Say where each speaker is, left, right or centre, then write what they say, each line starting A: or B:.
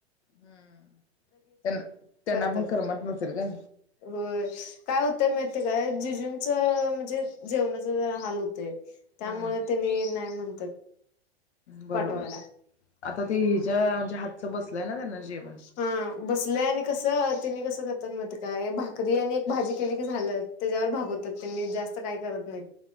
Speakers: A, on the left; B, on the left.
A: हम्म त्यांना त्यांना
B: करतात
A: पण करमत नसेल ग
B: होय काय होतं माहती काय जिजुनच म्हणजे जेवणाचा ज हाल होतेय त्यामुळे
A: हम्म
B: त्यांनी नाही म्हणतात
A: बरोबर
B: पाठवायला
A: आता ते हिच्या म्हणजे हातच बस <unintelligible>
B: हा बसलं आणि कसं तिने कस करतात का भाकरी आणि एक भाजी केली की झालं त्याच्यावर भागवतात ते मी जास्त काय करत नाही